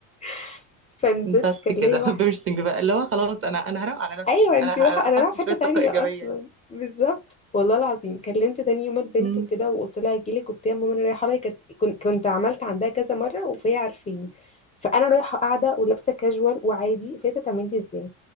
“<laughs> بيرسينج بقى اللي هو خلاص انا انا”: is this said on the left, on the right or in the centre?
Right